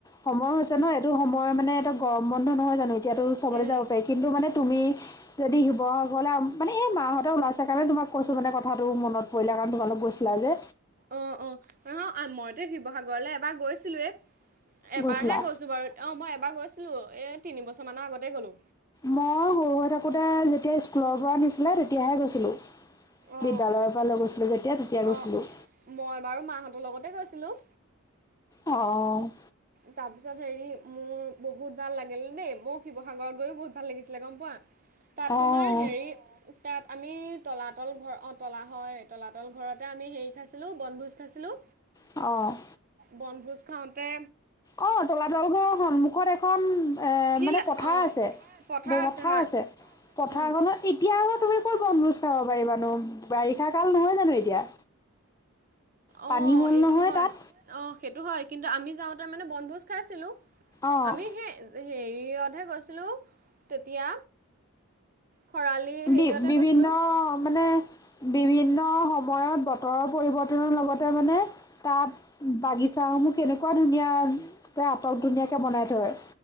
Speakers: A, on the left (about 15°); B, on the right (about 40°).
A: সময়ো হৈছে ন এইটো সময় মানে এইটো গৰম বন্ধ নহয় জানো এতিয়াতো চবলৈ
B: উম
A: যাব পাৰি কিন্তু মানে তুমি যদি শিৱসাগৰলৈ মানে এই মাহঁতে ওলাইছে কাৰণে তোমাক কৈছো মানে কথাটো মনত পৰিলে কাৰণ তোমালোক গৈছ ছিলা যে।
B: অ', অ', মইতো শিৱসাগৰলৈ এবাৰ গৈছিলোৱেই এবাৰহে
A: গৈছিলা
B: গৈছোঁ বাৰু। অ', মই এবাৰ গৈছিলো এই তিনি বছৰ মানৰ আগতেই গ'লো।
A: মই সৰু হৈ থাকোঁতে যেতিয়া স্কুলৰ পৰা নিছিলে তেতিয়াহে গৈছিলো।
B: অ'
A: বিদ্যালয়ৰ পৰা লৈ গৈছিলো যেতিয়া তেতিয়া
B: অ'
A: গৈছিলো।
B: মই বাৰু মাহঁতৰ লগতে গৈছিলো।
A: অ'।
B: তাৰপিছত হেৰি মোৰ বহুত ভাল লাগিলে দেই। মই শিৱসাগৰত গৈয়ো বহুত ভাল লাগিছিলে গম পোৱা। তাত
A: অঁ
B: তোমাৰ হেৰি তাত আমি তলাতল ঘৰ অ' তলা হয় তলাতল ঘৰতে আমি হেৰি খাইছিলো বনভোজ খাইছিলো।
A: অ'।
B: বনভোজ খাওঁতে
A: অ', তলাতল ঘৰৰ সন্মুখত এখন এ
B: ফিল্ড
A: মানে পথাৰ
B: অ'
A: আছেয়
B: পথাৰ
A: ব পথাাৰ
B: হয়
A: আছে পথাৰখনত
B: উম।
A: এতিয়া আকৌ তুমি ক'ত বনভোজ খাব পাৰিবানো বাৰিষা কাল নহয় জানো এতিয়া।
B: অ',
A: পানী হ'ল
B: এইটো
A: নহয়
B: হয়।
A: তাত
B: অ', সেইটো হয় কিন্তু আমি যাওঁতে মানে বনভোজ খাইছিলো
A: অ',
B: আমি সেই হেৰিতহে গৈছিলোঁ তেতিয়া। খৰালি হেৰিয়তে
A: বি-বিভিন্ন
B: গৈছিলোঁ।
A: মানে বিভিন্ন সময়ত বতৰৰ পৰিৱৰ্তনৰ লগতে মানে তাত বাগিচাসমূহ কেনেকুৱা ধুনীয়াকৈ আটক ধুনীয়াকৈ বনাই থয়।